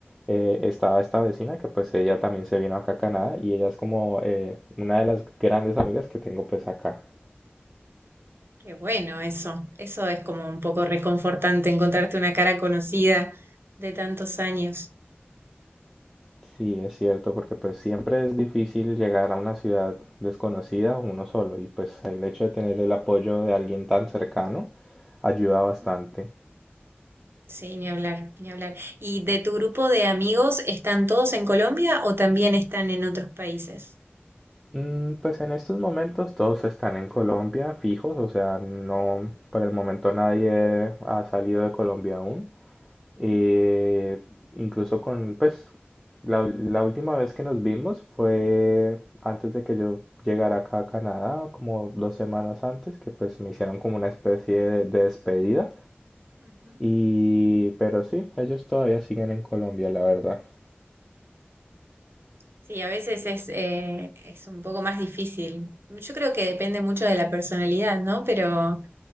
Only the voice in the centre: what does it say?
eh, estaba esta vecina que pues ella también se vino acá a Canadá y ella es como eh, una de las grandes amigas que tengo pues acá.
Sí, es cierto, porque pues siempre es difícil llegar a una ciudad desconocida uno solo y pues el hecho de tener el apoyo de alguien tan cercano ayuda bastante.
Mm, pues en estos momentos todos están en Colombia fijos, o sea, no, por el momento nadie ha salido de Colombia aún. Eh, incluso con, pues, la, la última vez que nos vimos fue antes de que yo llegara acá a Canadá, como dos semanas antes, que pues me hicieron como una especie de, de despedida.
Y, pero sí, ellos todavía siguen en Colombia, la verdad.